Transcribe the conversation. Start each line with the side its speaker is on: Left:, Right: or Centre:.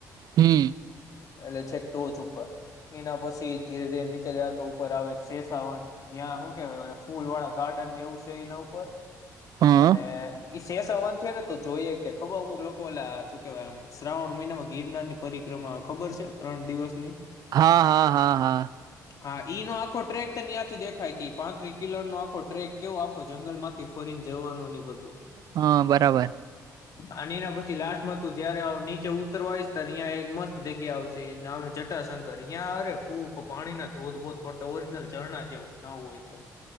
Right: હમ્મ.
Left: એટલે છેક ટોચ ઉપર. એના પછી ધીરે ધીરે નીચે જ તો ઉપર આવે શેસાવન જ્યાં શું કેવાય ફૂલ વાળા ગાર્ડનને એવું છે એના ઉપર
Right: હા
Left: અને ઈ શેષવન થ ને તો જોઈએ કે ખબર અમુક લોકો એલા શું કેવાય એમ શ્રાવણ મહિનામાં ગિરનાર ની પરિક્રમા આવે ખબર છે ત્રણ દિવસની?
Right: હા હા હા હા.
Left: હા ઈ નો આખો ટ્રેક તને્યાંથી દેખાય કે પાંત્રી કિલોર નો આખો ટ્રેક કેવો આખો જંગલ માંથી ફોરીન જવાનું ની બધું.
Right: હા બરાબર.
Left: અને એના પછી લાસ્ટમાં તું જયારે ઉત્તરવા વિસ્તારં એક મસ્ત જગ્યા આવશે ના જટાશંકર અહં અરે ફૂ પાણી ના ધોધ બો તો ઓરિજનલ ઝરણા જેવું ના હોય તો.